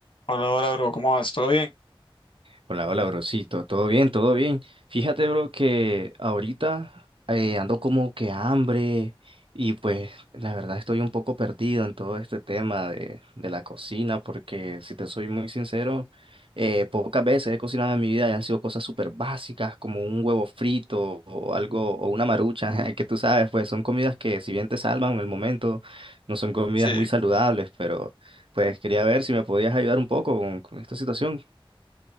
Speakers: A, on the left; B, on the right.
A: Hola, hola, bro, ¿cómo vas? ¿Todo bien?
B: Hola, hola, brocito. Todo bien, todo bien. Fíjate, bro, que ahorita eh, ando como que hambre y pues la verdad estoy un poco perdido en todo este tema de, de la cocina porque si te soy muy sincero, eh, pocas veces he cocinado en mi vida y han sido cosas súper básicas como un huevo frito o algo o una marucha, <laughs> que tú sabes, pues son comidas que si bien te salvan en el momento, no son comidas
A: Sí,
B: muy saludables, pero pues quería ver si me podías ayudar un poco con con esta situación.